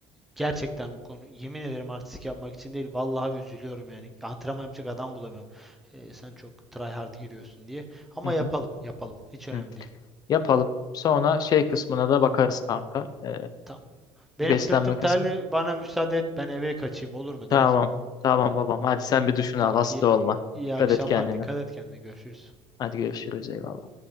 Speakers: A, in the centre; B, on the left.
A: gerçekten bu konu yemin ederim artistik yapmak için değil vallahi üzülüyorum yani antrenman yapacak adam bulamıyorum. Ee, sen çok try hard giriyorsun diye ama
B: hı
A: yapalım
B: hı.
A: yapalım hiç önemli
B: hı.
A: değil.
B: Yapalım. Sonra şey kısmına da bakarız kanka. Ee,
A: Tamam. Benim
B: beslenme
A: sırtım
B: kısmı.
A: terli bana müsaade et ben eve kaçayım olur mu
B: Tamam.
A: Deniz'im?
B: Tamam babam. Hadi sen bir duşunu
A: Hadi
B: al. Hasta
A: iyi,
B: olma.
A: iyi
B: Dikkat
A: akşamlar
B: et kendine.
A: dikkat et kendine görüşürüz.
B: Hadi görüşürüz. Eyvallah.